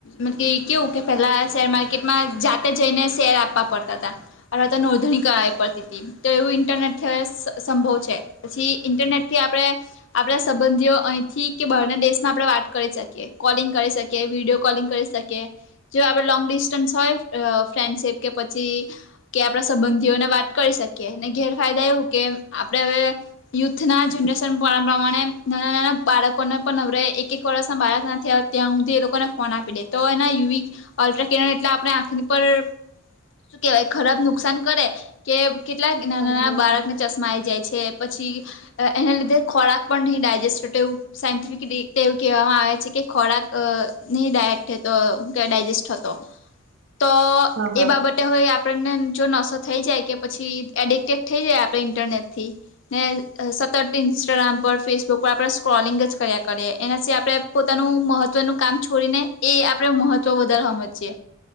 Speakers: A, on the left; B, on the right.
A: મત કેવું કે પહેલા શેર માર્કેટમાં જાતે જઈને શેર આપવા પડતા હતા. અવે તો નોંધણી કરાવવી પડતી હતી તો એવું ઇન્ટરનેટ સ સંભવ છે પછી ઇન્ટરનેટ થી આપણે આપણા સંબંધીઓ અહીંથી કે બહારના દેશ માં આપણે વાત કરી શકીએ કોલિંગ કરી શકીએ વિડીિયો કોલિંગ કરી શકીએ જો આપણે લોંગ ડિસ્ટન્સ હોય ફ્રેન્ડશિપ કે પછી. કે આપણા સંબંધીઓને વાત કરી શકીએ અને ગેરફાયદા એવું કે આપણે હવે. યુથ ના જનરેશન. પ્રમાણે નાના નાના બાળકોને પણ હવે એક એક વર્ષ ના બાળક ના થયા ત્યાં સુધી એ લોકોને ફોન આપી દે તો એના યુ અલ્ટ્રાર એટલે આપણે આંખની પર શું કેવાય ખરાબ નુકસાન કરે કે કેટલાક નાના
B: હા
A: નાના
B: હા
A: બાળકને ચશ્મા આવી જાય છે, પછી એના લીધે ખોરાક પણ નહીં ડાયજેસ્ટ ટેવ સાયન્ટિફિક રીતે એવું કહેવામાં આવે છે કે ખોરાક નહી ડાયજેસ્ટ થતો. તો
B: હા હા
A: એ બાબત હોય આપણને જો નશો થઈ જાય કે પછી એડિક્ટેડ થઈ જાય આપણે ઇન્ટરનેટ થી. ને સતર ઇં. ઇન્સ્ટાગ્રામ પર ફેસબુક પર આપણે સ્ક્રોલિંગ જ કર્યા કરીએ એનાથી આપણે પોતાનું મહત્વનું કામ છોડીને. એ આપણે મહત્વ વધારવાવામાં છેએ.